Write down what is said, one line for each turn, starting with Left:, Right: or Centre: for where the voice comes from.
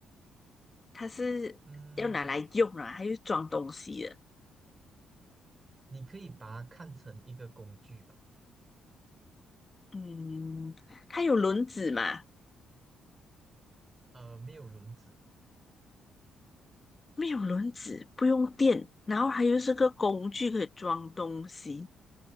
Left: 它是要拿来用啊，
Right: 嗯，
Left: 它又装东西的。
Right: 你可以把它看成一个工具吧。
Left: 嗯，它有轮子吗？
Right: 呃，没有轮子。
Left: 没有轮子，不用电，然后它又是个工具可以装东西，